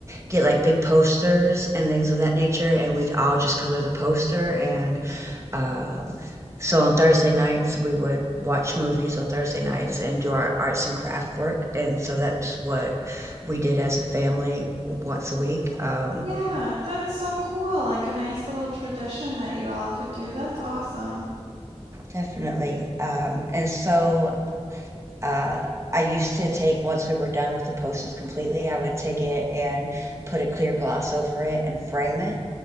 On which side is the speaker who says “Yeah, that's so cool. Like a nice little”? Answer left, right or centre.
Right